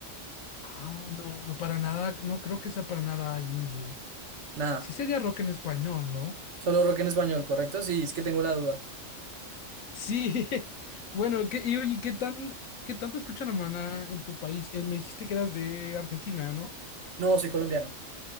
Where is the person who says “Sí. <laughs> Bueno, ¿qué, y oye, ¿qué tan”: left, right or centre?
Left